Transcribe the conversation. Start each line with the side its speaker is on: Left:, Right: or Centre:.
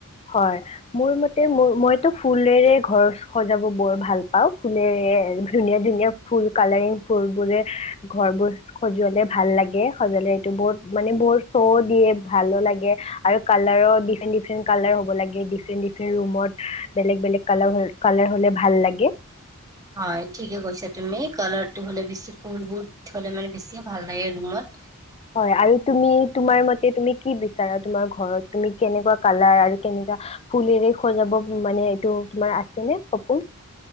Left: হয়, মোৰ মতে মোৰ মইতো ফুলৰে ঘৰ সজাব বৰ ভাল পাওঁ। ফুলেৰে ধুনীয়া ধুনীয়া ফুল কালাৰিং ফুলবোৰে ঘৰবোৰ সজোৱালে ভাল লাগে। সজালে এইটো বুত মানে বত শ' দিয়ে ভালো লাগে আৰু কালাৰো ডিফাৰেণ্ট ডিফাৰেণ্ট, কালাৰ হ'ব লাগে, ডিফেন্ট ডিফেন্ট ৰুমত বেলেগ বেলেগ কাল কালাৰ হলে ভাল লাগে।
Right: হয় ঠিকে কৈছা তুমি, কালাৰটো হলে বেছি ফুলবোৰ হ'লে মানে বেছি ভাল লাগে ৰুমত।
Left: হয় আৰু তুমি তোমাৰ মতে তুমি কি বিচাৰা তোমাৰ ঘৰত তুমি কেনেকুৱা কালাৰ আৰু কেনেকুৱা ফুলেৰে সজাব মানে এইটো তোমাৰ আছে নে সপোন?